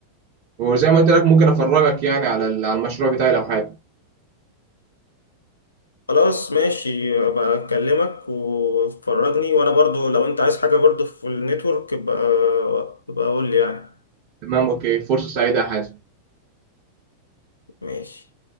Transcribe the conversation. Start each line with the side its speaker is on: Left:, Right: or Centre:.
Right: وزي ما قلت لك ممكن افرجك يعني على ال- على المشروع بتاعي لو حابب
Left: خلاص ماشي ابقى اكلمك وفرجني وانا برضو لو انت عايز حاجه برضو في النتورك ابقى ابقى قول لي يعني
Right: تمام اوكي فرصه سعيده يا حازم
Left: ماشي